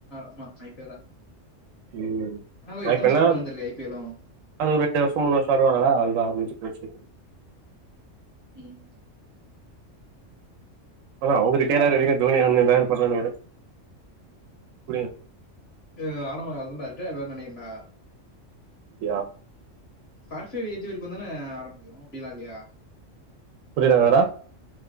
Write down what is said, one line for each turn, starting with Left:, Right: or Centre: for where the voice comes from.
Left: ஆமா ஐ பி ல் தா
Right: ம்
Left: ஆனா எத்தன
Right: ஐ பி
Left: வருஷ
Right: எல் னா
Left: ஆடுவாங்கனு தெரிலயே ஐ பி எல்லும்
Right: அது ஒரு எட்டு வருஷோ மூனு வருஷோ ஆடுவாங்களா அவ்ளதா முடிஞ்சி போச்சி
Left: ம்
Right: அதா அவுங்க ரிட்டையர் ஆகுர வரிக்கு தோனி அண்ண இர்ப்பார் நெனைக்கற புரிய
Left: எஹ் ஆடாமடா அதுதான்டா ரிடைய்ர் ஆய்ருவாருனு நெனைக்கிறன்டா
Right: யா
Left: ஃபாக்சி ஏஜ் வரிக்குதான ஆட முடியு அப்டில்லா இல்லையா
Right: புரில என்னடா